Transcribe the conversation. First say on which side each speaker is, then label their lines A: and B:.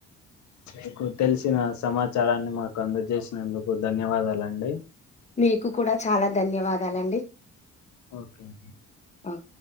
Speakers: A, on the left (about 70°); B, on the left (about 20°).
A: మీకు తెలిసిన సమాచారాన్ని మాకు అందజేసినందుకు ధన్యవాదాలండి.
B: మీకు కూడా చాలా ధన్యవాదాలండి.
A: ఓకే అండి.
B: ఓకే